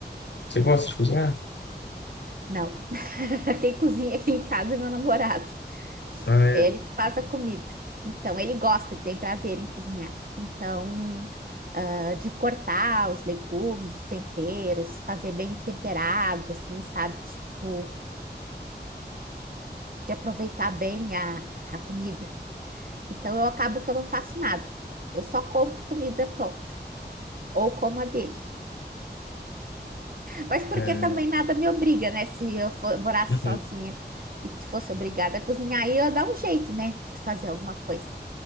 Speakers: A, on the left (about 80°); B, on the right (about 55°).
A: Você gosta de cozinhar?
B: Não. <laughs> Quem cozinha aqui em casa é meu namorado.
A: Ah, é.
B: É ele que faz a comida. Então, ele gosta, ele tem prazer em cozinhar. Então, ah, de cortar os legumes, os temperos, fazer bem temperado, assim, sabe? Tipo, de aproveitar bem a, a comida. Então, eu acabo que eu não faço nada. Eu só compro comida pronta, ou como a dele. Mas porque
A: É,
B: também nada me obriga, né? Se eu for, morasse
A: Uhum.
B: sozinha e fosse obrigada a cozinhar, aí eu ia dar um jeito, né? De fazer alguma coisa.